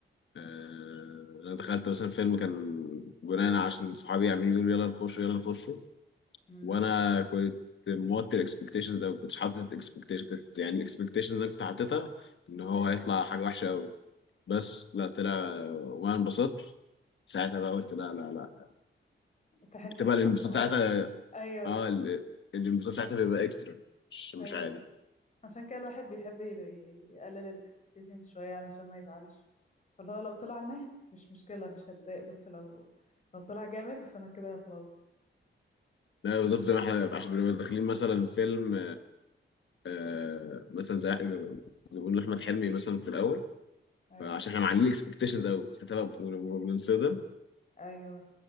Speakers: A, on the left (about 70°); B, on the left (about 35°).
A: آه، انا دخلت مثلا فيلم كان بناء عشان صحابي عاملين يقولوا يلا نخشه يلا نخشه
B: امم
A: وانا كنت موطي الاكسبكتيشنز او كنتش حاطط الاكسبكتيشن كنت يعني الاكسبكتيشن اللي انا كنت حاططها ان هو
B: ايوه
A: هيطلع حاجه وحشه قوي بس لا طلع وانا انبسطت ساعتها بقى قلت لا لا لا
B: تحس
A: بتبقى
B: ان انت
A: الانبساط
B: انبهرت
A: ساعتها
B: ايوه
A: اه ال- الانبساط ساعتها بيبقى اكسترا مش مش
B: ايوه
A: عادي
B: عشان كده الواحد بيحب ي- ي- يقلل الاكسبكتيشنز شوية علشان ما يزعلش فاللي هو لو طلع مه مش مشكلة مش هتضايق بس لو لو طلع جامد فانا كده خلاص
A: لا بالظبط زي ما احنا عشان بنبقى داخلين مثلا فيلم آه مثلا زي زي ما بنقول احمد حلمي مثلا في الاول
B: ايوه
A: فعشان احنا معلين اكسبكتيشنز قوي ساعتها بقى بننصدم
B: ايوه